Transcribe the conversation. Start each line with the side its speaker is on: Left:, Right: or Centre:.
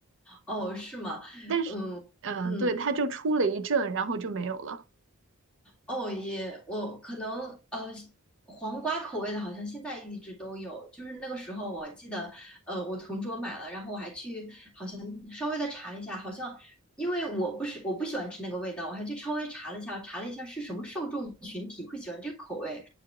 Centre: 哦，是吗？
Right: 但是，
Centre: 嗯嗯，
Right: 嗯、对，它就出了一阵，然后就没有了。
Centre: 哦也，我可能呃，黄瓜口味的，好像现在一直都有。就是那个时候，我记得，呃，我同桌买了，然后我还去好像稍微的查一下，好像因为我不是我不喜欢吃那个味道，我还去稍微查了一下，查了一下是什么受众群体会喜欢这个口味。